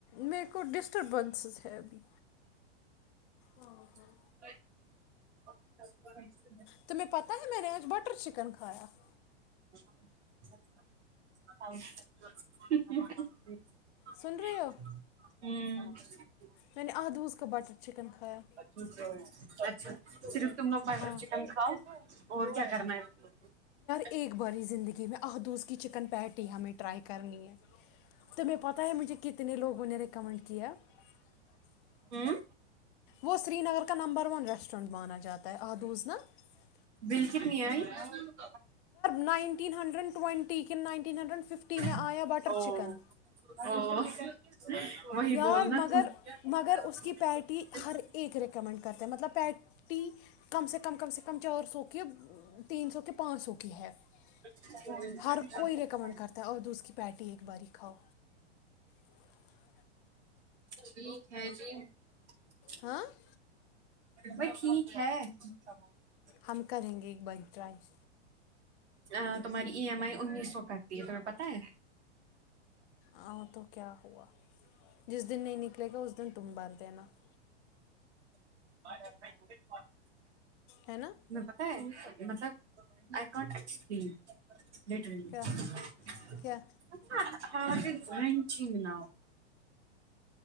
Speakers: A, on the left; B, on the right.
A: میر کو ڈسٹربنسز ہے ابھی ا ہ <inaudible>
B: اچب <inaudible>
A: تو میں پتہ ہے میں نے آ بٹر چکن کایا <inaudible>
B: <inaudible> ا <unintelligible> ج <inaudible>
A: سن رہے ہو
B: <inaudible> ہوں
A: میں نے آدوز کا بٹر چکن کھایا
B: چ اچھا صرف <inaudible> تم لوگ بٹر
A: ہاں
B: چکن کھاؤ اور کیا کرنا ہے کو <unintelligible>
A: ا ایکک بڑری زندگی مں احدزک چکن پیٹی ہمی ٹرائی کررنی ہے <unintelligible> تو میں پتا ہے مجھے کتنے لگ کو نے ریکمنڈ کیا <unintelligible>
B: ہ
A: وہ سری نگر کا نمبر ون ریسٹورینٹ مانا جاتا ہے آدوز نا <unintelligible>
B: بل کتنی ہےئی <unintelligible>
A: نائنٹین ہنڈرین ٹوئٹی کن نائنٹین ہنڈرینڈ ففٹی ٹی میں <unintelligible>
B: او
A: چکن
B: ہ <unintelligible> وہی
A: یار
B: بولنا
A: مگر
B: تو
A: مگر
B: <unintelligible>
A: اس کی پیٹی ہر ایک ریکمنڈ کرتے مطلب پٹی کم سے کم کم سے کم چار سو کی تین سو کی پانچ سو کی ہے <unintelligible>
B: تو
A: ہر
B: <unintelligible>
A: کوئی ریکمینڈ کرتا اور اس کی پیٹی باری کھاؤ <unintelligible>
B: ٹھیک ہے جی <unintelligible>
A: ہاں <unintelligible>
B: ب ٹھیک ہے <unintelligible>
A: ہم کریں گے ایک باری ٹرائی <unintelligible>
B: ا تمہاری ای ایم آئی انیس سو کرتی ہے تمہیں پت ہے
A: ہ تو کیا ہوا <unintelligible> جس دن نہیں نک لے اس دن تم بھر د ہیںا <unintelligible>
B: ب <unintelligible>
A: ہے نا
B: نہیں پتہ ہے <unintelligible> مطلب ا کن <unintelligible> لیٹر <unintelligible>
A: کیا کیا
B: ہ گنچی مناؤ <unintelligible>